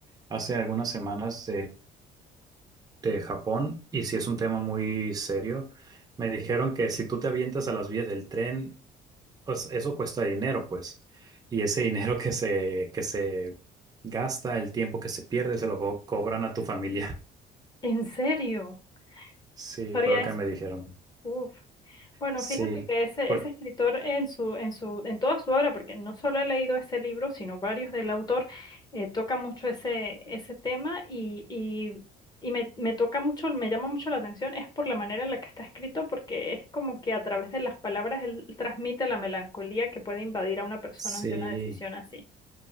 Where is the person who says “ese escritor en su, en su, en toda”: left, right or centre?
Left